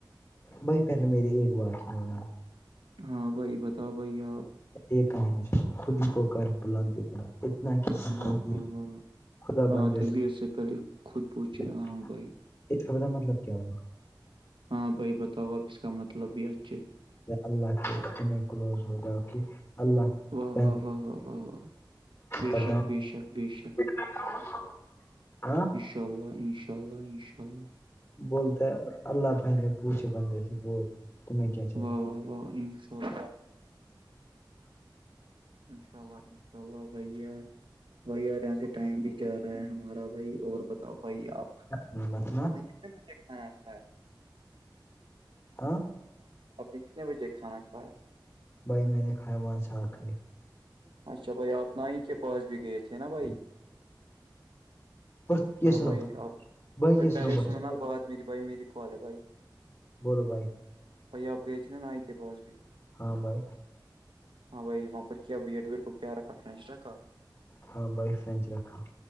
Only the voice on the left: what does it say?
بائی پہلے میرری ایک بار سنا
یہ کہانی سن خود ہی کو کر بلند اتنا اتنا کہ
حرک
خدا
بند جیس
<inaudible>
اس کا بد کا مطلب کیا ہوا
اللہ کے اتنے کلوز ہو جاؤ کہ اللہ <inaudible>
کر
<inaudible> ہاں <inaudible>
بولتا اللہ پہلے پوچھے بندے سے بول تمہیں کیا چاہیے
بتنا
ہاں
بھائی میں نے کھیا وہاں سے آ کر
سے- <inaudible> یہ
سنو
بھائی یہ
بھائی
بولو بھائی
ہاں بھائی
ہاں بائ فرن رکھا